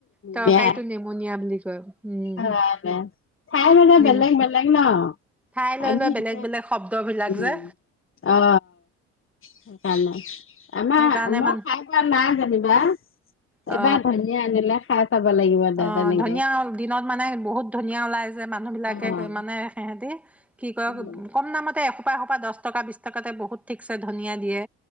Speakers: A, in the centre; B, on the left (about 35°).
A: তৰকাৰীটো
B: বেয়া
A: নিমুনিয়া বুলি কয় উম
B: অ চাই মানে
A: নিম
B: বেলেগ বেলেগ ন
A: ঠাই লৈ
B: আমি
A: লৈ বেলেগ
B: এয়া
A: বেলেগ শব্দবিলাক
B: উ
A: যে
B: অ সেইকাৰণে। আমাৰ
A: সেইকাৰণে
B: মই
A: মান
B: খাই পোৱা নাই যেনিবা
A: অ
B: এবাৰ ধনিয়া আনিলে। খাই চাব লাগিব দে
A: অ
B: তেনেকে
A: ধনীয়া দিনত মানে বহুত ধনীয়া ওলাই। যে মানুহ বিলাকে
B: অ'।
A: মানে সিহঁতি। কি কয়
B: উম,
A: কম দামতে এসোপা এশোপা দহ টকা বিশ টকাতে বহুত ঠিকছে ধনিয়া দিয়ে